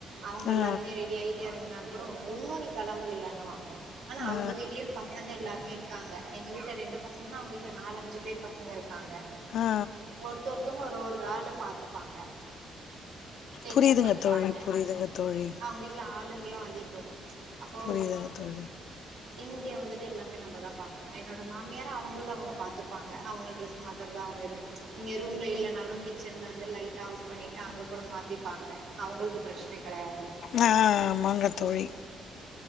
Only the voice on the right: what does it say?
அவங்க
எல்லாருமே ரெடி ஆயிட்டு எறங்குனா கூட ஓ னி கெளம்பளயாணுவா ஆனா அவங்க
வீட்லயும் பசங்க எல்லாருமே இருக்காங்க எங்க வீட்டுல ரெண்டு பசங்கன்னா அவங்க விட்ல நாலுஞ்சு பேர் பசங்க இருக்காங்
ஒருத்த ஒருத்தங்க ஒரு ஒரு ஆளை பாத்துப்பாங்க டேக்
கேர் பண்ணிப்பாங்க
அவங்க வீட்டுல ஆளுங்களும் அதிகம் அப்போ
இங்கே வந்துட்டு எல்லாமே நம்மதான் பார்க்கணும் என்னோட மாமியார் அவங்கள தான் அவங்க பாத்துப்பாங்க அவங்க டிரெஸ் மாத்தறதா அவங்க எ நீங்க ரூம்ல இல்லைனாலும் கிச்சன்ல வந்து லைட் ஆப் பண்ணிட்டு அங்க கூட மாத்திப்பாங்க அவங்களுக்கு பிரச்சனை கிடையாது